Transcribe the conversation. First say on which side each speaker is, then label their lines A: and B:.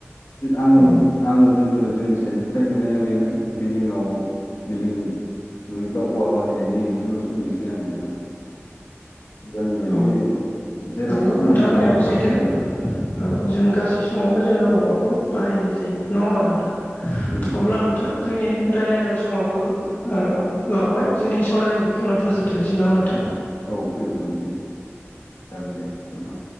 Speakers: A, on the left; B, on the left.
A: आं
B: औ
A: आं जन्थु जोंनि साइडनिफ्राय नुनाया बेनो बिल्दिंआव बिल्डिं लुयोबा औवा बाहायनाय नै बिदिल'सो नुयोसै आं दाना। गोदोनि बायदि
B: औ
A: जेरावबो
B: नंगौ
A: खामानियाव
B: नोंथांमोननियाबो
A: औवाखौ
B: सैथो
A: बाहायजोबला आरो।
B: औ जों गासै समावनो जोङो औवाखौ बाहायनाय जायो नङा होमबा नोंथां?
A: उम
B: अब्ला नोंथां जोंनि रायलायनांगौ समावबो ओ लावबाय जोंनि सावरायनायखौ बेखिनियावनो फोजोबथ'नोसै नामा नोंथां?
A: औ फोजोबथ'नोसै, जागोन दे नोंथां।